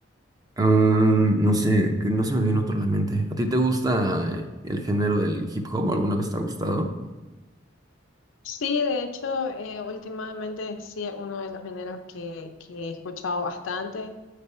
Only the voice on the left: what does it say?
Sí, de hecho, eh, últimamente sí es uno de los géneros que, que he escuchado bastante.